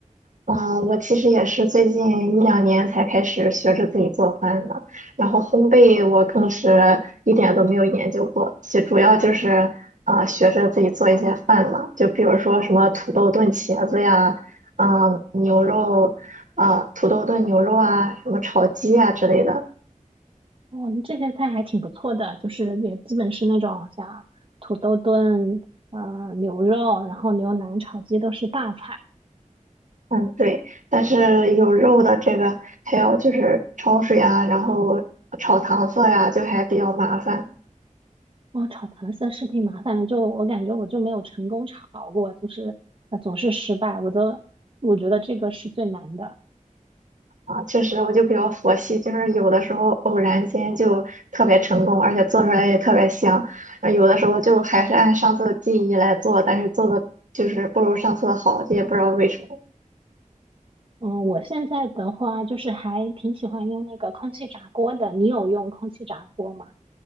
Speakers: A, on the right; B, on the right.
A: 啊，我其实也是最近一两年才开始学着自己做饭的，然后烘焙我更是一点都没有研究过，就主要就是啊、学着自己做一些饭嘛，就比如说什么土豆炖茄子呀，嗯、牛肉啊、土豆炖牛肉啊，什么炒鸡啊之类的，
B: 哦，你这些菜还挺不错的，就是也基本是那种像土豆炖呃牛肉，然后牛腩炒鸡都是大菜。
A: 嗯，对，但是有肉的这个还有就是焯水啊，然后炒糖色呀，就还比较麻烦。
B: 哇，炒糖色是挺麻烦的，就我感觉我就没有成功炒过，就是呃总是失败，我都我觉得这个是最难的。
A: 啊，确实，我就比较佛系，就是有的时候偶然间就特别成功，而且做出来也特别香。啊，有的时候就还是按上次的记忆来做，但是做的就是不如上次的好，这也不知道为什么。
B: 嗯，我现在的话就是还挺喜欢用那个空气炸锅的，你有用空气炸锅吗？